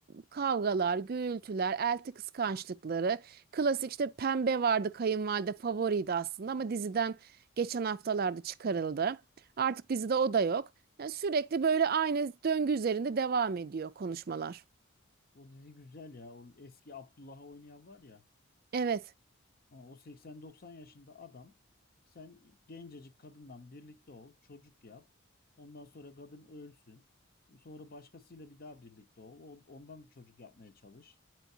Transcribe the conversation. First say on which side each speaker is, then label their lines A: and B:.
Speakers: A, on the right; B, on the left.
A: kavgalar, gürültüler, elti kıskançlıkları. Klasik işte Pembe vardı kayınvalide favoriydi aslında ama diziden geçen haftalarda çıkarıldı. Artık dizide o da yok. Yani sürekli böyle aynı döngü üzerinde devam ediyor konuşmalar.
B: O dizi güzel ya. O eski Abdullah'ı oynayan var ya.
A: Evet.
B: Ama o seksen doksan yaşında adam sen gencecik kadından birlikte ol, çocuk yap. Ondan sonra kadın ölsün. Sonra başkasıyla bir daha birlikte ol. on- Ondan da çocuk yapmaya çalış.